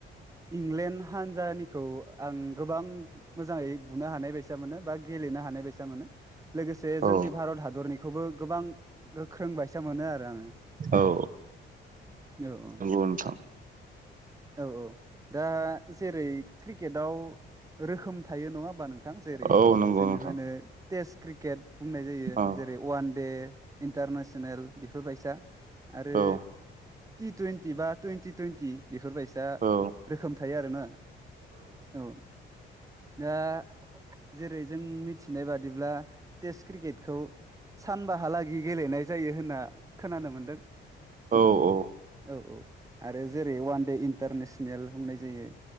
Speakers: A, on the right (about 15°); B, on the right (about 40°).
A: इंलेण्ड हानजानिखौ आं गोबां मोजाङै बुनो हानाय बायसा मोनो बा गे- लेनो हानाय बायसा मोनो लोगोसे
B: औ
A: जोंनि भारत हादरनिखौबो गोबां गोख्रों बायसा मोनो आरो आङो
B: औ
A: औ
B: नंगौ नोंथां
A: औ औ दा जेरै क्रिकेटआव रोखोम थायो नङा होमबा नोंथां जेरै
B: औ नंगौ
A: जोङो
B: नोंथां
A: होनो टेस क्रिकेट बुंनाय जायो
B: औ
A: जेरै वान दे ए इन्टारनेसनेल बेफोरबायसा आरो
B: औ
A: टि टुइन्टि बा टुइन्टि टुइन्टि बेफोरबायसा
B: औ
A: रोखोम थायो आरोना औ दा जेरै जों मिथिनाय बादिब्ला टेस्ट क्रिकेटखौ सानबाहालागि गेलेनाय जायो होनना खोनानो मोनदों।
B: औ औ
A: औ औ आरो जेरै वानडे इन टारनेसनेल बुंनाय जायो